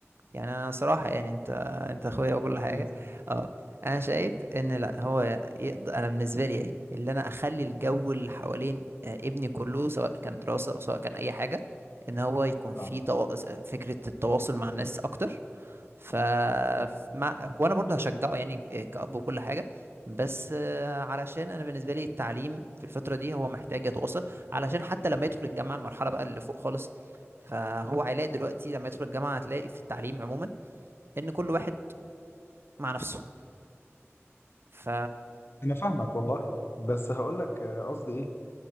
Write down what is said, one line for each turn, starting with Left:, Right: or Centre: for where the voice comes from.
Right: يعني أنا صراحة يعني أنت أنت أخويا وكل
Left: بقول
Right: حاجة
Left: اكيد
Right: أه أنا شايف إن لأ هو يقدر أنا بالنسبة لي يعني اللي أنا أخلي الجو اللي حوالين آه، ابني كله سواء كان دراسة أو سواء كان أي حاجة إن هو يكون في
Left: اه
Right: توا... فكرة التواصل مع الناس أكتر ف ف- مع وانا برضه هشجعه يعني ك- كأب وكل حاجة بس آه، علشان انا بالنسبة لي التعليم في الفترة دي هو محتاج يتواصل علشان حتى لما يدخل الجامعة المرحلة بقى اللي فوق خالص فهو هيلاقي دلوقتي لما يدخل الجامعة هتلاقي في التعليم عموما ان كل واحد مع نفسه ف
Left: انا فاهمك والله بس هقول لك آه، قصدي